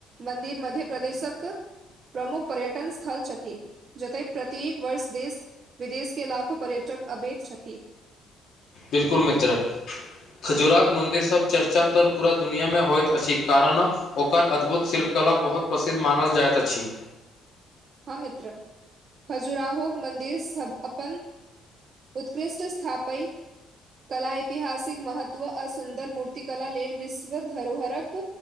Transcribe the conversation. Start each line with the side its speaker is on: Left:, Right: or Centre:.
Right: मन्दिर मध्य प्रदेशक प्रमुख पर्यटन स्थल छथिन जतय प्रत्येक वर्ष देश विदेश के लाखो पर्यटक अबैत छथि।
Left: बिलकुल मित्र खजूराहोक मन्दिर सब चर्चा तर पूरा दुनिआमे होइत अछि कारण ओकर अद्भुत शिल्पकला बहुत प्रसिद्ध मानल जाइत अछि।
Right: हँ मित्र खजुराहोक मन्दिर सब अपन उत्कृष्ट स्थापय कला, ऐतिहासिक महत्व आ सुन्दर मूर्त कला लेल विश्व धरोहरक